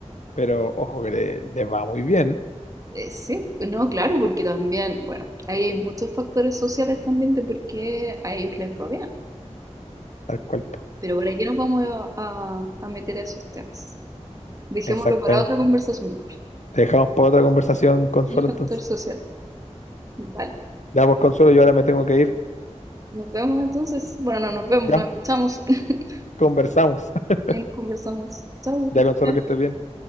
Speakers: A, on the left; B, on the right.
A: Pero ojo que le, le va muy bien
B: eh, sí, no, claro, porque también, bueno, ahí hay muchos factores sociales también de por qué a ellos les va bien.
A: al cuerpo.
B: Pero ¿para qué nos vamos a, a a meter a esos temas? Dejémoslo
A: Exactamente.
B: para otra conversación mejor.
A: Te dejamos para otra conversación, Consuelo,
B: El factor
A: entonces.
B: social. Vale.
A: Ya, pues, Consuelo, yo ahora me tengo que ir.
B: Nos vemos entonces. Bueno, no nos vemos,
A: Ya,
B: nos escuchamos. <laughs>
A: conversamos. <laughs>
B: Ahí nos conversamos. Chau,
A: Ya,
B: que te
A: Consuelo, que estés bien.